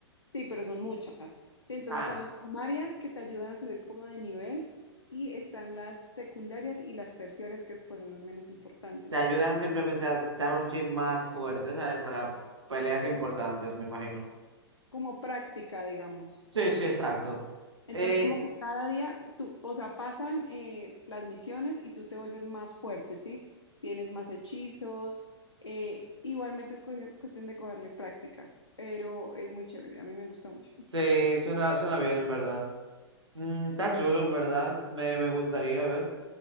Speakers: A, on the left; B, on the right.
A: sí, pero son muchas. Sí, entonces
B: Ah,
A: están las primarias que te ayudan a subir como de nivel y están las secundarias y las terciarias que pues son las menos importantes,
B: te ayudan simplemente a dar un chip más fuerte, ¿sabes? Para peleas importantes, me imagino.
A: como práctica, digamos.
B: Sí, sí,
A: Sí.
B: exacto.
A: Entonces,
B: Eh,
A: como que cada día, tú, o sea, pasan eh, las misiones y tú te vuelves más fuerte, ¿sí? Tienes más hechizos. eh, igualmente es cuestión, cuestión de cogerle práctica, pero es muy chévere. A mí me gusta mucho. <laughs>
B: sí, suena, suena bien, en verdad. Mm, está chulo, en verdad. Me, me gustaría ver.